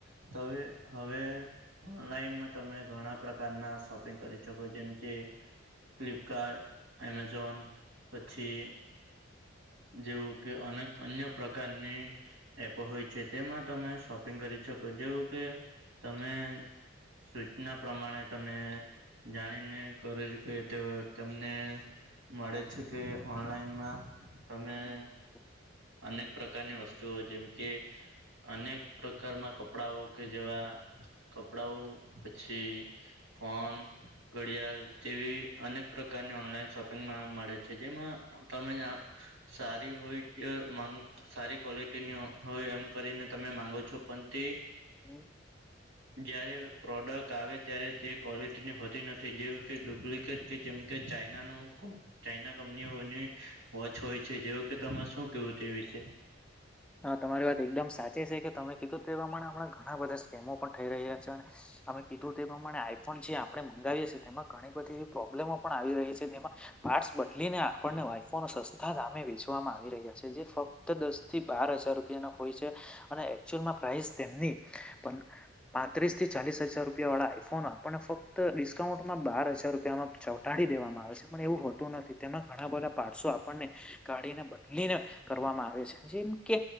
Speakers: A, on the right; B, in the centre.
A: <unintelligible> હવે ઓનલાઈનમાં તમે ઘણા પ્રકારના શોપિંગ કરી શકો જેમ કે ફ્લિપકાર્ટ એમેઝોન પછી જેવું કે અને અન્ય પ્રકા કાને એપો હોય છે તેમાં તમે શોપિંગ કરી શકો જેવું કે તમે સૂચના પ્રમાણે તમે જાણીન ને કરે કે તમને મળે છે કે ઓનલાઈનમાં તમે
B: <unintelligible>
A: અનેક પ્રકારની વસ્તુઓ જેમ કે અનેક પ્રકારના કપડાઓ કે જેવા કપડાઓ પછી ફોન ઘડિયાળ તેવી અનેક પ્રકારની ઓનલાઈન શોપિંગમાં મળે છે જેમાં તમે સારી હોય <unintelligible> સારી કોલેટીની હોય એમ કરીને તમે માગો છો પણ તે
B: હમ્મ.
A: જ્યારે પ્રોડક્ટ આવે ત્યારે તે ક્વોલિટીની હોત <unintelligible> નથી જે કે ડુપ્લિકેટ કે જેમ કે ચાઈનાનું <unintelligible> ચાઈના <unintelligible> વોચ હોય છે જેવું કે તમાર શું કેવું તે વિશે
B: હા તમારી વાત એકદમ સાચી છે કે તમે કીધું તે <unintelligible> આપણા ઘણા બધા સ્કેમો પણ થઈ રહ્યા છે અને અમે તે પ્રમાણે આઈફોન જે આપણે મંગાવીએ છીએ તેમાં ઘણી બધી એવી પ્રોબ્લેમો પણ આવી રહી છે તેમાં પાર્ટસ બદલીને આપણને વાઇફો નો સસ્તા દામે <unintelligible> <unintelligible> આવી રહ્યા છે જે ફક્ત દસ થી બાર હજાર રૂપિયાના હોય છે અને <unintelligible> પ્રાઈઝ તેમની <unintelligible> પાંત્રીસ થી ચાલીસ હજાર રૂપિયા વાળા આઈફોન ફક્ત ડિસ્કાઉન્ટ બાર હજાર રૂપિયામાં ચૌટાડી દેવામાં આવે છે પણ એવું હોતું નથી તેમાં ઘણા બધા પાઠસો આપણને કાઢીને બદલીને કરવામાં આવે છે જેમ કે